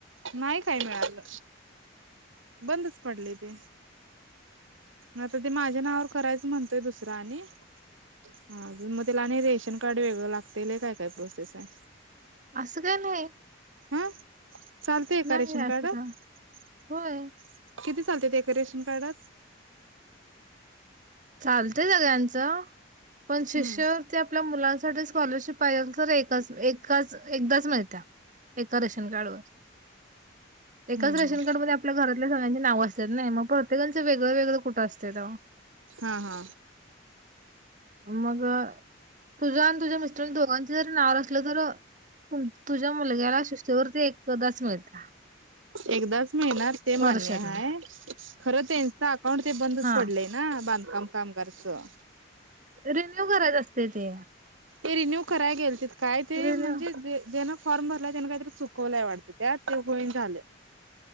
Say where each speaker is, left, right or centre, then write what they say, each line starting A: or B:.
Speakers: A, on the right (about 85°); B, on the right (about 40°).
A: नाही काय मिळालं बंदच पडलय ते आता ते माझ्या नावावर करायचं म्हणतोय दुसर आणि हा मग त्याला आणि रेश रेशन कार्ड वेगळं लागतय लय काय काय प्रोसेस हाय
B: असं काय नाही
A: हां चालतय एका
B: नाही
A: रेशन
B: असं
A: कार्डवर
B: का होय
A: किती चालतेती एका रेशन कार्डात
B: चालतय सगळ्यांचं पण शिष्यवृत्ती
A: हम्म
B: ते आपल्या मुलां पण जर स्कॉलरशिप पाहे असेल तर एकाच एकाच एकदाच मिळत्या एका रेशनकार्ड वर एकाच
A: हम्म
B: रेशन
A: हम्म
B: कार्ड मध्ये आपल्या घरातल्या सगळ्यांची नावे असतात नई मग भर सगळ्यांच वेगळं वेगळं कुठं असतय तेव्हा
A: हा हा
B: मग तुझं आणि तुझ्या मिस्टर दोघांच जरी नाववर असलं तर तु तुझ्या मुलग्याला शिष्यवृत्ती एकदाच मिळत्या
A: एकदाच मिळणार ते मान्य
B: वर्षातन
A: हाय खर त्याचं आक्क पण ते बंदच
B: हा
A: पडलय ना बांधकाम कामगारचं
B: रिन्यू करायच असते ते
A: ते रिन्यू करायला गेलतीत काय ते
B: रिन्यू
A: म्हणजे जे जन फॉर्म भरला त्यान काहीतरी चुकवलाय वाटतं त्यात ते होईन झालंय